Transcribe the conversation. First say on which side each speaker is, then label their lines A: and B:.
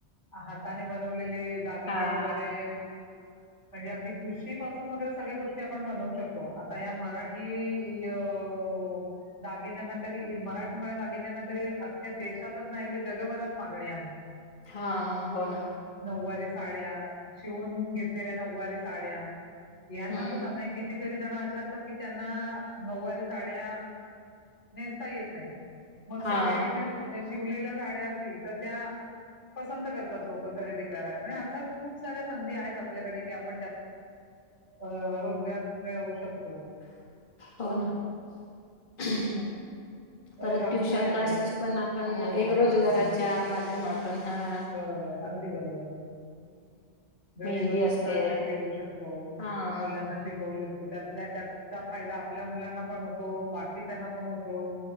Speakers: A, on the left (about 75°); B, on the left (about 45°).
A: हाताने बनव आसलेले दागिने
B: हां,
A: वगैरे म्हणजे अगदी ठुशी पासून वगैरे सगळ्या गोष्टी आपण बनवू शकतो. आता ह्या मराठी ह्यो गिन्या तरी मराठमोळ्या दागिन्यांना तरी अख्ख्या देशातच नाही तरी जगभरात मागणी आहे.
B: हा हो ना
A: नऊवारी साड्या शिवून घेतलेल्या नऊवारी साड्या यांना
B: हं,
A: सुद्धा मय कितीतरी काहीजण असे असतात, की त्यांना नऊवारी साडया नेसता येत नाहीत. मग
B: हां.
A: त्या रेडीमेड शिवलेल्या साड्या असतील, तर त्या पसंत करतात लोकं खरेदी करायला. म्हणजे अशा खूप साऱ्या संधी आहेत आपल्याकडे की आपण अं रोजगार मिळवू शकतो.
B: हो ना <unintelligible>
A: अ,
B: परत
A: रांगोळ्या
B: ट्युशन क्लासेस
A: आहेत.
B: पण आपण
A: हो,
B: एक रोजगाराच्या
A: अगदी.
B: माध्यमात पन हा
A: बरोबर, अगदी बरोबर
B: मेहंदी
A: घरी बसून
B: असते.
A: क्लासेस घेऊ शकतो.
B: हां,
A: मुलांना शिकवू शकतो. त्यातल्यात्यात त्याचा फायदा आपल्या मुलांना पण होतो. बाकी त्यांना पण होतो.